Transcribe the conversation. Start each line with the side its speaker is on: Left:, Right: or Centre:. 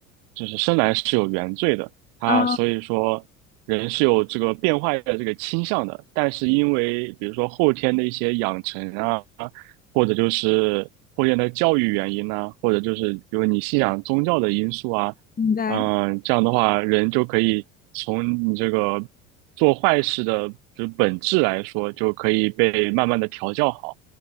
Right: 就是生来是有原罪的，他所以说。
Left: 啊，
Right: 人是有这个变坏的这个倾向的，但是因为比如说后天的一些养成啊，或者就是后天的教育原因呢、或者就是比如你信仰宗教的因素啊，
Left: 明白。
Right: 嗯、这样的话，人就可以从你这个做坏事的就是本质来说，就可以被慢慢的调教好。